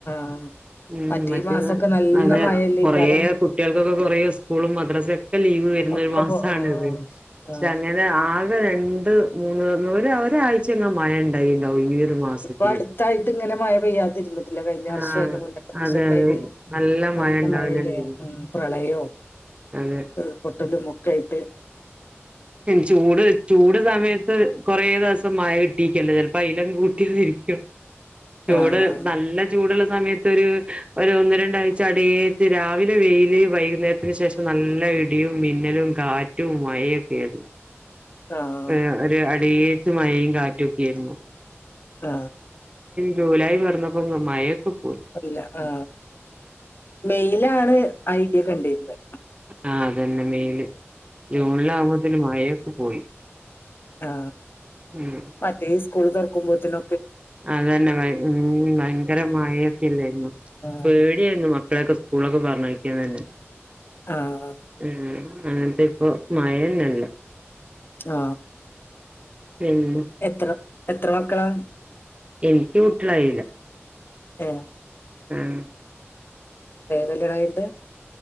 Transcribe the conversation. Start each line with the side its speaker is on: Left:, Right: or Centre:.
Left: ആ
Right: ഉം
Left: മറ്റേ
Right: മറ്റ്
Left: ഈ മാസമൊക്കെ നല്ല
Right: അ
Left: മഴയല്ലേ
Right: കൊറെ
Left: കാരണം
Right: കുട്ടികൾക്കൊക്കെ കൊറേ സ്കൂളും മദ്രസയും ഒക്കെ ലീവ് വ
Left: ഒക്കെ
Right: മാസണ്
Left: പോ ആ
Right: ഇത്
Left: ആ
Right: അങ്ങനെ ആ രണ്ട് മൂന്ന് ഒരാഴ്ചങ്ങ മഴ ഉണ്ടായിണ്ടാവും ഒരു മാസത്തില്
Left: ഒരുപ്പോ അടുത്തായിട്ട് ഇങ്ങനെ മഴ പെയ്യാതിരുന്നത് ട്ടില കഴിഞ്ഞ വർഷം
Right: ആഹ്
Left: അതിന്റെ മുന്നത്തെ വർഷ
Right: അതെ
Left: ഒക്കെ
Right: അതെ
Left: ആയിട്ട് നല്ല
Right: മഴ ഉണ്ടാവലുണ്ടായിരുന്നു
Left: മഴയില് ഉ പ്രളയവും
Right: അതെ
Left: ഒരു പൊട്ടലുമൊക്കയിട്ട്
Right: ചൂട് ചൂട് സമയത്ത് കൊറെേ ദിവസം മഴ കിട്ടീക്കല്ല ചിലപ്പോ അല കൂട്ട രിക്ക ചൂട്
Left: ആഹ്
Right: നല്ല ചൂടുള്ള സമയത്ത് ഒരു ഒന്ന രണ്ടാഴ്ച അടച്ച് രാവിലെ വെയില് വൈകുന്നേരത്തിന് ശേഷം നല്ല ഇടിയും മിന്നലും കാറ്റും മഴയൊക്കയരുന്നു
Left: ആഹ്
Right: ഏ ഒരു അടേച്ച് മഴയും കാറ്റൊക്കൊയിരുന്നു
Left: ആ
Right: ജൂലായി പറഞ്ഞപ്പ മഴക്കും
Left: അല്ല ആ മെയിലാണ് ഐഡിയ കണ്ടിരുന്നത്
Right: ആ അതന്നെ മെയില് ജൂണിലാവകുമ്പോതല്
Left: ആഹ്
Right: മഴയൊക്കെ പോയി
Left: ആ
Right: ഉം
Left: മറ്റേ സ്കൂള് തുറക്കുമ്പോത്തന
Right: അതന്നെ ഉ ഭയങ്കര മഴൊക്കെ ഇല്ലായിരുന്നു
Left: ആഹ്
Right: പേടിയായിരുന്നു മക്കളൊക്കെ സ്കൂളൊക്കെ പറഞ്ഞ വക്കന്ന് തന്നെ
Left: ആഹ്
Right: ഉം അങ്ങനത്തെ ഇപ്പൊ മയന്നല്ല
Left: ആ
Right: പിന്നെ
Left: എത്ര എത്ര മക്കളാ
Right: എനിക്ക് കുട്ടികളായില്ല
Left: ആ
Right: ഉം
Left: കല്യാണം കഴിഞ്ഞിട്ട്